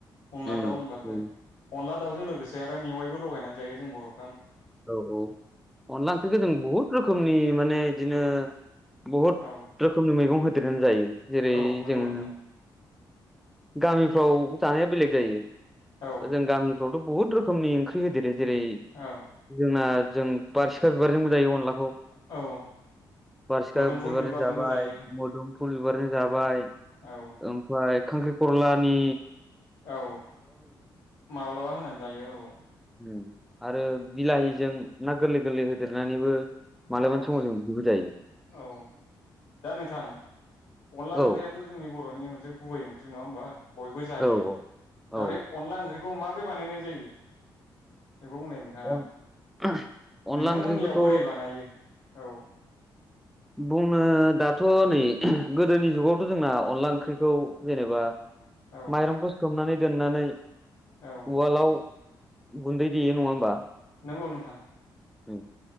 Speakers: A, on the left (about 80°); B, in the centre.
A: अनला
B: उम
A: दाव होनबाथाय
B: उम
A: अनला दाउजों लोगोसे आरो मेवायबो लगायनानै जायो जों बर'
B: औ औ अनदला ओंख्रिखौ जों बुहुत रोखोम खोमनि माने बिदिनो बुहुत
A: औ
B: रोखोमनि मैगं हो <unintelligible> जायो जेरै
A: औ औ नंगौ
B: जोङो
A: नोंथां
B: गामिफ्राव जानाया बेलेग जायो
A: औ
B: जों गामि आवथ बहुत रोखोमनि ओंख्रि होदेरो जेरै
A: औ
B: जोंना जों बारसिखा बिबारजोंबो जायो अनलाखौ
A: औ
B: बारसिखा
A: मोदोमफुल
B: बिबारजों
A: बिबारजोंबो
B: जाबाय
A: जायो
B: मोदुम फुल बिबारजों जाबाय
A: औ
B: ओमफ्राय खांख्रिखलानि
A: औ मालाबा होनानै जायो औ
B: उम आरो बिलाहिजों ना गोरलै गोरलै होदेर नानैबो मालाबानि
A: औ
B: समाव जों बिबो जायो।
A: औ दा नोंथां अनला
B: औ
A: ओंख्रियाथ' जोंनि बर'नि मोनसे गुबै ओंख्रि नङा होमबा बयबो जायो
B: औ
A: दा
B: औ
A: बे अनला ओंख्रि खौ माब्रै बानायनाय जायो बेखौ बुंलाय नोंथाङा
B: औ अन <inaudible>
A: नोंथांमोननियाव
B: ओंख्रिखौथ'
A: बोरै बानायो औ
B: बुंनो दाथ' नै गोदोनि जुगावथ' जोंना अनला ओंख्रिखौ जेनेबा
A: औ
B: माइरंखौ सोमनानै दोननानै
A: औ
B: उवालाव गुन्दै देयो नङा होमबा
A: नंगौ नोंथां
B: उम